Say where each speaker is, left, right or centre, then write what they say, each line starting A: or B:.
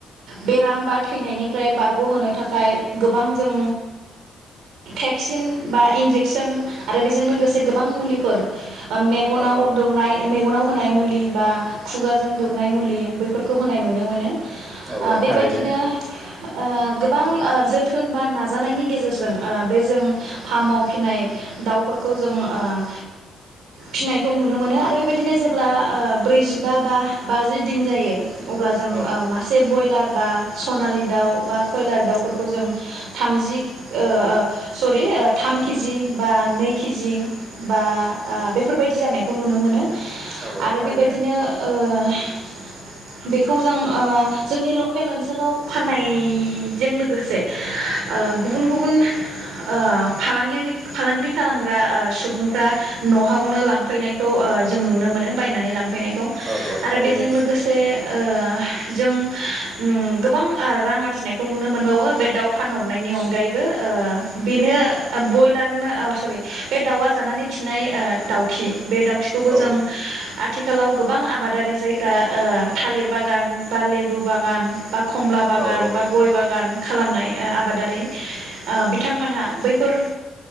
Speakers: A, on the right; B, on the right.
A: बेराम बा थैनायनिफ्राय बारग'होनो थाखाय टाय गोबां जों भेक्सिन बा इन्जेकसन आरो बेजों लोगोसे गोबां मुलिफोर ओ मेगनाव
B: औ
A: दौनाय मेगनाव होनाय मुलि बा खुगाजों दौनाय मुलि बैफोरखौ होनाय नुनो मोनो ओ
B: औ औ
A: बेबायदिनो
B: थारैनो
A: ओ गोबां ओ जोथोन बा नाजानायनि गेजेरजों ऐबे जों फार्माव फिनाय दाउफोरखौ जों ओ फिनायखौ नुनो मोनो आरो बेबायदिनो जेब्ला ब्रैजिबा बा बाजि दिन जायो अब्ला जों ओ
B: औ
A: मासे बयलार बा सनालि दाउ बा कयलार दाउफोरखौ जों थामजि ओ सरि थाम केजि बा नै किजि बा बेफोरबायदि जानायखौ नुनो मोनो
B: औ औ
A: आरो
B: थारैनो
A: बेबायदिनो ओ बेखौ जों ओ जोंनि लकेल ओनसोलाव फाननाय जों लोगोसे ओ गुबुन गुबुन ओ फालांगिरि फालांगिरि खालामग्रा सुबुंफ्रा न'आवनो लांफैनायखौ ओ जों नुनो मोनो बायनानै लांफ फैनायखौ
B: औ औ
A: आरो
B: थारैनो
A: बेजों लोगोसे ओ जों उम गोबां रां आरजिनायखौ नुनो मोनबावो बे दाउ फानहरनायनि अनगायैबो ओ बेनो बयलारनो ओ अ सरि बे दाउआ जानानै खिनाय ओ दाउखि बे दाउखिखौबो
B: औ
A: जों आथिखालाव गोबां आबादारि जायफ्रा ओ थालिर बागान बा लेबु बागान बा खमला बागान
B: औ
A: बा गय बागान खालामनाय ओ आबादारि ओ बिथांमोनहा बैफोर